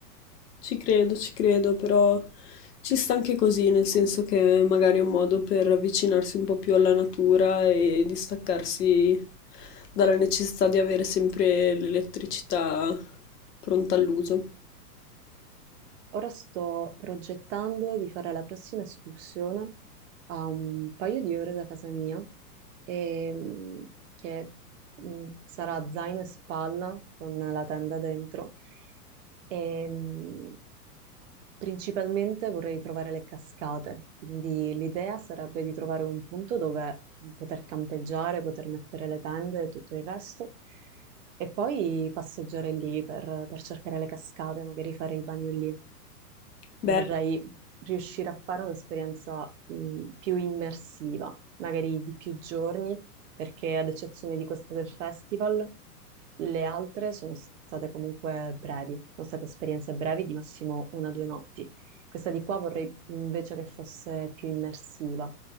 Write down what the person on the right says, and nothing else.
Ora sto progettando di fare la prossima escursione a un paio di ore da casa mia, e, mm, che mm, sarà zaino e spalla con la tenda dentro. E, mh, Principalmente vorrei trovare le cascate, quindi l'idea sarebbe di trovare un punto dove poter campeggiare, poter mettere le tende e tutto il resto, e poi passeggiare lì per, per cercare le cascate, magari fare il bagno lì vorrei
riuscire a fare un'esperienza mh, più immersiva, magari di più giorni, perché ad eccezione di questa del festival, le altre sono state comunque brevi, sono state esperienze brevi di massimo una o due notti. Questa di qua vorrei invece che fosse più immersiva.